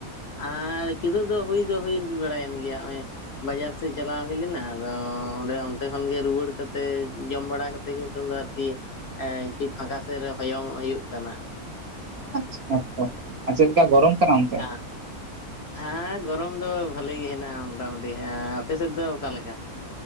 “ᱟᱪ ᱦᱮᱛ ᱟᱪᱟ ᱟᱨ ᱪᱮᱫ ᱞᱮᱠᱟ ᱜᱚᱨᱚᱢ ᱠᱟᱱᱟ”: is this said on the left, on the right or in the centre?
Right